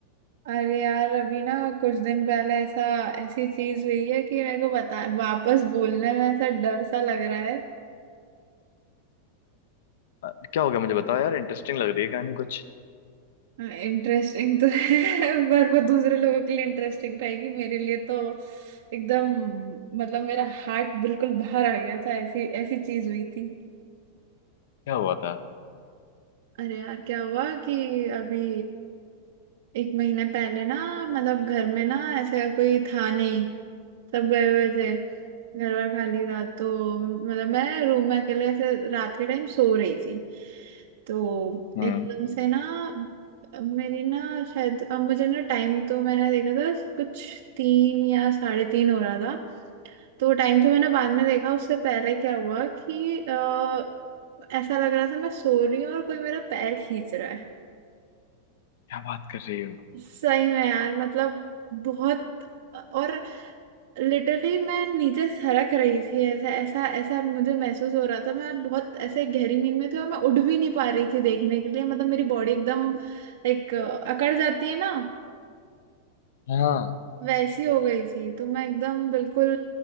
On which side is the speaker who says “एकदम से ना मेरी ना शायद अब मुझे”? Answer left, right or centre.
Right